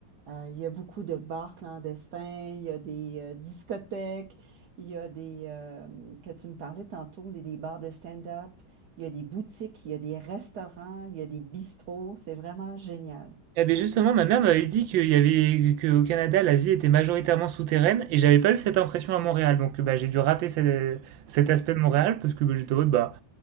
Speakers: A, on the right; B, on the right.
A: Euh, il y a beaucoup de bars clandestins, il y a des euh, discothèques, il y a des, euh, que tu me parlais tantôt, les- des bars de stand-up, il y a des boutiques, il y a des restaurants, il y a des bistrots, c'est vraiment génial.
B: Eh bien justement, ma mère m'avait dit qu'il y avait qu'au Canada, la vie était majoritairement souterraine et j'avais pas eu cette impression à Montréal. Donc bah, j'ai dû rater cette- cet aspect de Montréal parce que bah, j'étais en mode, bah,